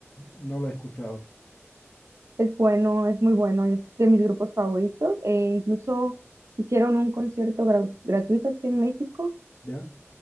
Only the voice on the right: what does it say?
es bueno, es muy bueno, es de mis grupos favoritos. e incluso hicieron un concierto grau- gratuito aquí en México